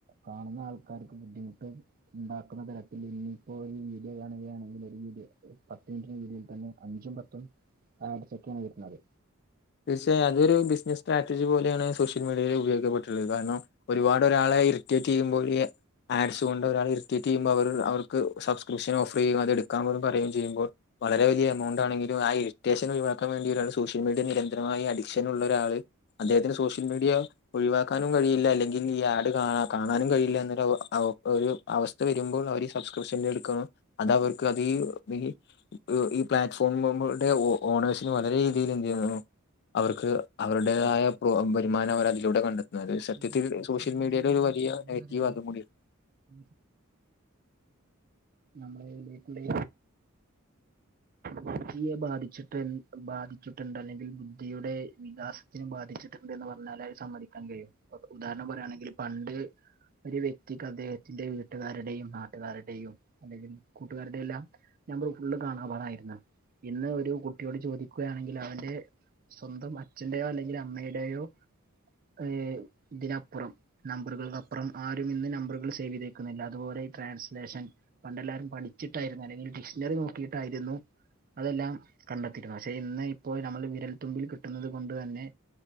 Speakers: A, on the right (about 45°); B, on the left (about 50°).
A: കാണുന്ന ആൾക്കാർക്ക് ബുദ്ധിമുട്ട് ഉണ്ടാക്കുന്ന തരത്തിൽ ഇനിയിപ്പോ ഒരു വീഡിയോ കാണുകയാണെങ്കിൽ ഒരു വീഡിയോ പത്ത് മിനിറ്റിന് വീഡിയോൽ തന്നെ അഞ്ചും പത്തും ആഡ്സൊക്കെയാണ് വരുന്നത്
B: തീർച്ചയായും അതൊരു ബിസിനസ് സ്ട്രാറ്റജി പോലെയാണ് സോഷ്യൽ മീഡിയയിൽ ഉപയോഗപ്പെട്ടിട്ടുള്ളത് കാരണം ഒരുപാട് ഒരാളെ ഇർറ്റേറ്റ് ചെയ്യുമ്പോ ഈ ആഡ്സ് കൊണ്ട് ഒരാൾ ഇറിറ്റേറ്റ് ചെയ്യുമ്പോൾ അവർ അവർക്ക് സബ്സ്ക്രിപ്ഷൻഓഫർ ചെയ്യും അതെടുക്കാൻ പോലും പറയേം ചെയ്യുമ്പോൾ വളരെ വലിയ എമൗണ്ടാണെങ്കിലും ആ ഇരിറ്റേഷൻ ഒഴിവാക്കാ വേണ്ടി ഒരാൾ സോഷ്യൽമീഡിയ നിര ന്തരമായി അഡിക്ഷൻ ഉള്ള ഒരാള് അദ്ദേഹത്തിന് സോഷ്യൽ മീഡിയ ഒഴിവാക്കാനും കഴിയില്ല അല്ലെങ്കിൽ ഈ ആഡ് കാ കാണാനും കഴിയില്ല എന്നൊരു അവ അവ ഒരു അവസ്ഥ വരുമ്പോൾ അവര് സബ്സ്ക്രിപ്ഷൻ്റെ എടുക്കണം അത് അവർക്ക് അതേ വലി ഈ പ്ലാറ്റ്ഫോമുമുകൾ ടെ ഓണേഴ്സിന് വളരെ രീതിയിൽ എന്ത് ചെയ്യു അവർക്ക് അവരുടേതായ
A: ശരിയാണ്.
B: പ്രോ വരുമാനം അവരതിലൂടെ കണ്ടെ എന്നാല് സത്യത്തിൽ
A: ഈ
B: സോഷ്യൽ മീഡിയയുടെ
A: മീഡിയയിലെ
B: ഒരു വലിയ
A: കടന്നു
B: നെഗറ്റീവ്
A: വരവ്
B: അതും കൂടിയാ
A: <inaudible> നമ്മളുടെ ബുദ്ധിയെ ബാധിച്ചിട്ട് ബാധിച്ചിട്ടുണ്ട് അല്ലെങ്കിൽ ബുദ്ധിയുടെ വികാസ ബാധിച്ചിട്ടുണ്ട് എന്ന് പറഞ്ഞാൽ അത് സമ്മതിക്കാൻ കഴിയും ഇപ്പ ഉദാഹരണം പറയുകയാണെങ്കിൽ പണ്ട് ഒരു വ്യക്തിക്ക് അദ്ദേഹത്തിന്റെ വീട്ടുകാരുടെയും നാട്ടുകാരുടെയും അല്ലെങ്കിൽ കൂട്ടുകാരുടെ എല്ലാം നമ്പറ് ഫുള്ള് കാണാപാഠായിരുന്നു ഇന്ന് ഒരു കുട്ടിയോട് ചോദിക്കുകയാണെങ്കിലവന്റെ സ്വന്തം അച്ഛന്റെയോ അല്ലെങ്കിൽ അമ്മയുടെയോ ഏ ഇതിനപ്പുറം നമ്പറുകൾക്കപ്പുറം ആരും ഇന്ന് നമ്പറുകൾ സേവ് ചെയ്തേക്കുന്നില്ല അതുപോലെ ട്രാൻസ്ലേഷൻ പണ്ടെല്ലാരും പഠിച്ചിട്ടായിരുന്നു അല്ലെങ്കിൽ ഡിക്ഷണറി നോക്കിയിട്ടായിരുന്നു അതെല്ലാം കണ്ടെത്തിയിരുന്നു പക്ഷെ ഇന്ന് ഇപ്പോൾ നമ്മള് വിരൽത്തുമ്പിൽ കിട്ടുന്നത് കൊണ്ട് തന്നെ